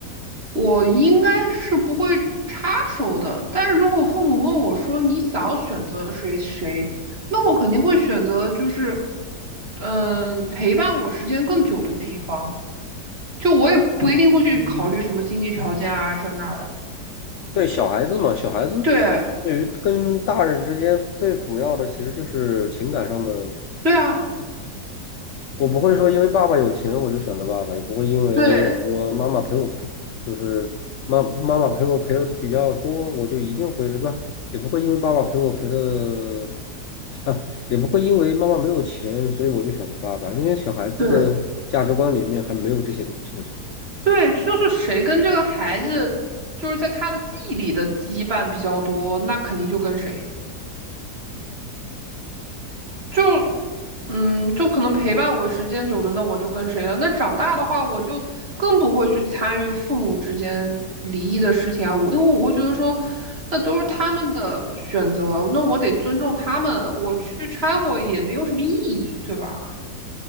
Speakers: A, on the right (about 35°); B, on the left (about 70°).
A: 我应该是不会插手的，但是如果父母问我说你想要选择谁谁，那我肯定会选择就是，嗯、陪伴我时间更久的那一方。就我也不一定会去考虑什么经济条件啊这那的。
B: 对，小孩子嘛，小孩子
A: 对，
B: 对于跟大人之间最主要的其实就是情感上的。
A: 对啊，
B: 我不会说因为爸爸有钱我就选择爸爸，也不会因为说妈妈陪我陪，
A: 对
B: 就是妈妈妈陪我陪的比较多，我就一定会，吧，也不会因为爸爸陪我陪的啊，也不会因为妈妈没有钱，所以我就选择爸爸，因为小孩子的价值观里面还没有这些东西的存在。
A: 对对，就是谁跟这个孩子就是在他的记忆里的羁绊比较多，那肯定就跟谁。就嗯，就可能陪伴我时间久了，那我就跟谁了？那长大的话，我就更不会去参与父母之间离异的事情啊。我因为我会觉得说，那都是他们的选择，那我得尊重他们，我去掺和也没有什么意义，对吧？